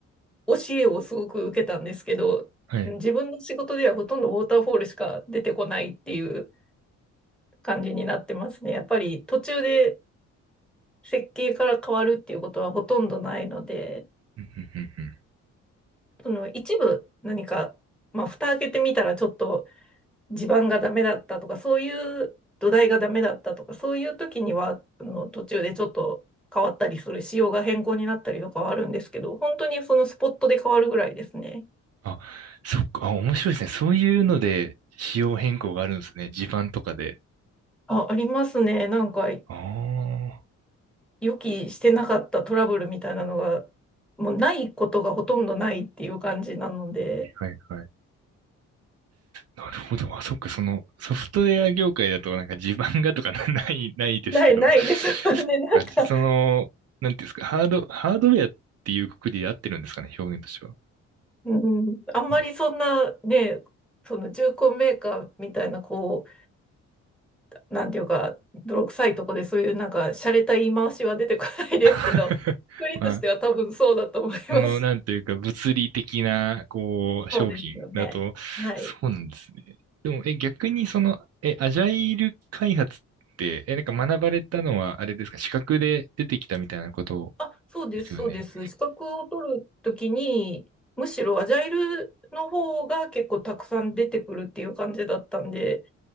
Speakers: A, in the centre; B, on the right.
A: 教えをすごく受けたんですけど、
B: はい。
A: 自分の仕事ではほとんどウォーターフォールしか出てこないっていう感じになってますね。やっぱり途中で設計から変わるっていうことはほとんどないので、
B: うんうんうんうん。
A: その一部何か、まあ、蓋開けてみたらちょっと地盤がダメだったとか、そういう土台がダメだったとか、そういう時には、あの途中でちょっと変わったりする、仕様が変更になったりとかはあるんですけど、本当にそのスポットで変わるぐらいですね。
B: あ、そっか、あ、面白いですね。そういうので仕様変更があるんですね。地盤とかで。
A: あ、ありますね。なんか、
B: ああ、は
A: 予期してなかったトラブルみたいなのが、もうないことがほとんどないっていう感じなので、
B: いはいはい。なるほど。あ、そっか、そのソフトウェア業界だとなんか地盤がとかな <laughs> ない、<laughs> ないですけど、
A: ないないですよ
B: そっか、
A: <laughs> ね。なんか、
B: その、なんていうんですか、ハード、ハードウェアっていうくくりで合ってるんですかね、表現としては。
A: うんあんまりそんなね、
B: うん
A: その重工メーカーみたいな、こう、なんていうか、泥臭いとこでそういうなんか、洒落た言い回しは出てこないですけど、
B: <laughs>
A: 一人としては多分そうだと思います。
B: まあ、その、なんというか、物理的な、こう、商品だと、
A: そうですよね。はい。
B: そうなんですね。でも、え、逆にその、え、アジャイル開発って、え、なんか学ばれたのは、あれですか、資格で出てきたみたいなこと
A: あ、そうです、
B: ですよね。
A: そうです。資格を取るときに、むしろアジャイルの方が結構たくさん出てくるっていう感じだったんで、